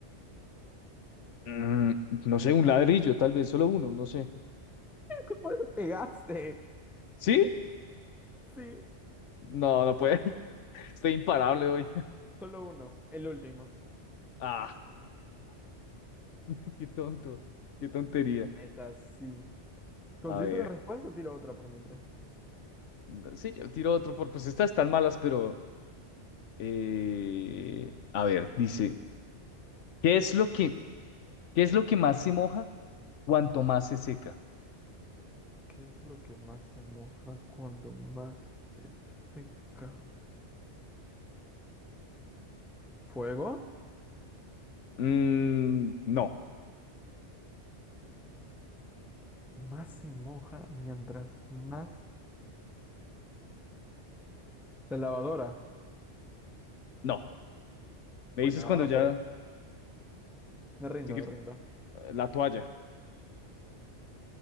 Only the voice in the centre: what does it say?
<laughs> ¿Cómo le pegaste?
Sí,
solo uno, el último.
Neta, sí. ¿Conseguiste
la respuesta o tiro otra por mientras?
¿Qué es lo que más se moja cuando más se seca? ¿Fuego?
Más se moja mientras más... La lavadora.
Bueno,
la
lavadora
podía ser. Me rindo,
me rindo.